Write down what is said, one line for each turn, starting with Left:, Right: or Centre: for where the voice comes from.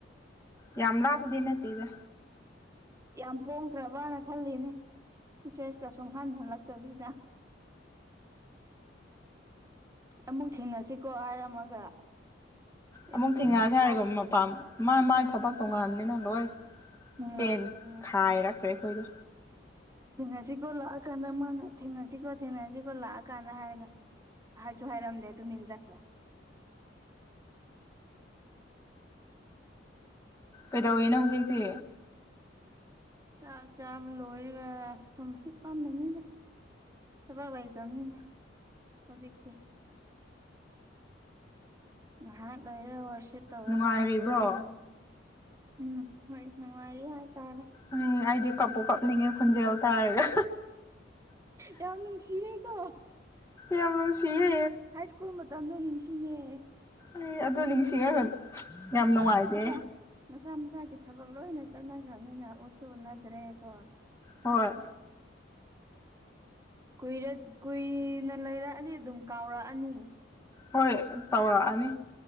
Left: ꯌꯥꯝꯃ ꯂꯕꯗꯤꯤꯟꯠꯇꯗ
Right: ꯌꯥꯝ ꯄꯣꯡꯈ꯭ꯔꯕꯅ ꯈꯜꯂꯤꯅꯦ ꯁꯦꯁꯀ ꯁꯨꯝ ꯍꯟꯊꯜꯂꯛꯇꯕꯁꯤꯗ ꯑꯃꯨꯛ ꯊꯦꯡꯅꯁꯤꯀꯣ ꯍꯥꯏꯔꯝꯃꯒ ꯎꯝ
Left: ꯑꯃꯨꯛ ꯊꯦꯡꯉꯛꯑꯁꯦ ꯍꯥꯏꯔꯒꯣ
Right: ꯂꯥꯛ
Left: ꯃꯥ ꯃꯥꯏ ꯊꯕꯛ ꯇꯣꯡꯉꯟꯕꯅꯤꯅ ꯂꯣꯏ
Right: ꯍꯣꯏ
Left: ꯆꯦꯟ
Right: ꯑꯗꯨꯅꯦ
Left: ꯈꯥꯏꯔꯛꯈ꯭ꯔꯦ ꯑꯩꯈꯣꯏꯗꯣ
Right: ꯊꯦꯡꯅꯁꯤꯀꯣ ꯂꯥꯛꯑꯀꯥꯟꯗ ꯃꯥꯅ ꯊꯦꯡꯅꯁꯤꯀꯣ ꯊꯦꯡꯅꯁꯤꯀꯣ ꯂꯥꯛꯑꯀꯥꯟꯗ ꯍꯥꯏꯔꯒ ꯍꯥꯏꯁꯨ ꯍꯥꯏꯔꯝꯗꯦ ꯇꯨꯃꯤꯟ ꯆꯠꯈ꯭ꯔꯦ
Left: ꯀꯩꯗꯧꯔꯤꯅꯣ ꯍꯧꯖꯤꯛꯇꯤ
Right: ꯆꯥꯛ ꯆꯥꯕ ꯂꯣꯏꯔꯒ ꯁꯨꯝ ꯍꯤꯞꯄꯝꯕꯅꯤꯗ ꯊꯕꯛ ꯂꯩꯇꯝꯅꯤꯅ ꯍꯧꯖꯤꯛꯇꯤ ꯉꯥꯏꯍꯥꯛ ꯂꯩꯔ ꯋꯔꯁꯤꯞ ꯇꯧꯔꯅꯤ
Left: ꯅꯨꯡꯉꯥꯏꯔꯤꯕ꯭ꯔꯣ
Right: ꯑꯃꯨꯛ ꯇꯨꯝꯃꯅꯤ ꯎꯝ ꯍꯣꯏ ꯅꯨꯡꯉꯥꯏꯔꯤ ꯍꯥꯏ ꯇꯔꯦ
Left: ꯎꯝ ꯑꯩꯗꯤ ꯀꯞꯄꯨ ꯀꯞꯅꯤꯡꯉꯦ ꯈꯣꯟꯖꯦꯜ ꯇꯥꯔꯒ
Right: ꯌꯥꯝ ꯅꯨꯡꯁꯤꯌꯦꯀꯣ
Left: ꯌꯥꯝ ꯅꯨꯡꯁꯤꯌꯦ
Right: ꯍꯥꯏ ꯁ꯭ꯀꯨꯜ ꯃꯇꯝꯗꯣ ꯅꯤꯡꯁꯤꯡꯉꯦ
Left: ꯑꯦ ꯑꯗꯨ ꯅꯤꯡꯁꯤꯡꯉꯒ ꯌꯥꯝ ꯅꯨꯡꯉꯥꯏꯌꯦ
Right: ꯃꯁꯥ ꯃꯁꯥ ꯃꯁꯥꯒꯤ ꯊꯕꯛ ꯂꯣꯏꯅ ꯆꯠꯅꯈ꯭ꯔꯕꯅꯤꯅ ꯎꯁꯨ ꯎꯅꯗ꯭ꯔꯦ ꯀꯣ
Left: ꯍꯣꯏ
Right: ꯀꯨꯏꯔꯦ ꯀꯨꯏꯅ ꯂꯩꯔꯛꯑꯅꯤ ꯑꯗꯨꯝ ꯀꯥꯎꯔꯛꯑꯅꯤ
Left: ꯍꯣꯏ ꯇꯧꯔꯛꯑꯅꯤ